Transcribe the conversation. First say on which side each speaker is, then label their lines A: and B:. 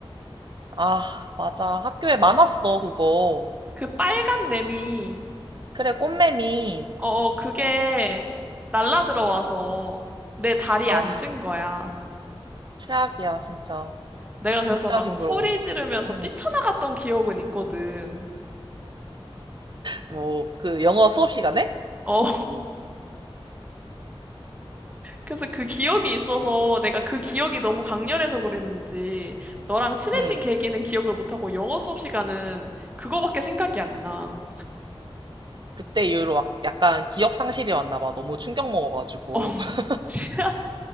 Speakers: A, on the right; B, on the right.
A: 아, 맞아. 학교에 많았어, 그거.
B: 그 빨간 매미,
A: 그래, 꽃매미.
B: 어, 어, 그게 날라 들어와서 내 다리에
A: 아,
B: 앉은 거야.
A: 최악이야, 진짜.
B: 내가
A: 진짜
B: 그래서 막
A: 징그러워.
B: 소리 지르면서
A: 응.
B: 뛰쳐나갔던 기억은 있거든.
A: 뭐, 그 영어 수업 시간에?
B: 어. 그래서 그 기억이 있어서 내가 그 기억이 너무 강렬해서 그랬는지 너랑 친해진
A: 응.
B: 계기는 기억을 못하고 영어 수업 시간은 그거밖에 생각이 안 나.
A: 그때 이후로 막 약간 기억 상실이 왔나 봐. 너무 충격 먹어가지고.
B: 어, <laughs>
A: <laughs>
B: 진짜